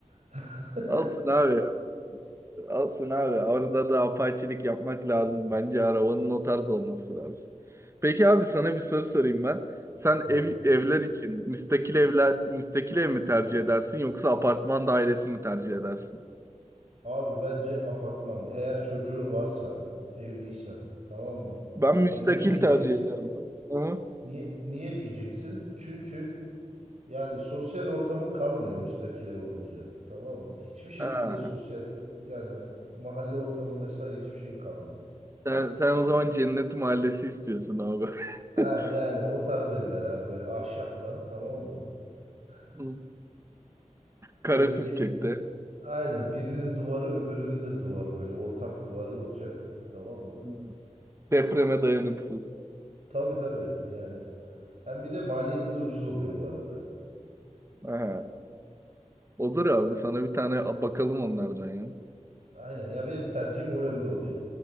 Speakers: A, on the right (about 60°); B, on the right (about 20°).
A: <laughs>
B: Alsın abi. Alsın abi. Orada da apaçilik yapmak lazım. Bence arabanın o tarz olması lazım. Peki abi sana bir soru sorayım ben. Sen
A: Heh.
B: ev, evler için müstakil evler müstakil ev mi tercih edersin yoksa apartman dairesi mi tercih edersin?
A: Abi bence apartman. Eğer çocuğun varsa, evliysen, tamam mı?
B: Ben müstakil
A: Ya niye diyeceksin?
B: tercih ederim. abi. Aha.
A: Niye niye diyeceksin? Çünkü yani sosyal ortamın kalmıyor müstakil ev olunca. Tamam mı? Hiçbir şekilde
B: Ha.
A: sosyallik yani mahalle ortamı vesaire hiçbir şeyin kalmıyor.
B: Sen, sen o zaman Cennet Mahallesi istiyorsun abi.
A: Ah
B: <laughs>
A: yani o tarz evler abi böyle ahşaptan tamam mı? <laughs>
B: Hı. Karapürçek'te.
A: Böyle bir aynen birinin duvarı öbürünün de duvarı böyle ortak duvarı olacak. Tamam mı?
B: Hı. Depreme dayanıksız.
A: Tabii tabii yani. Hem bir de maliyeti de ucuz oluyor bu arada.
B: Aha. Olur abi sana bir tane bakalım onlardan ya.
A: Aynen ya benim tercihim o yönde oluyor.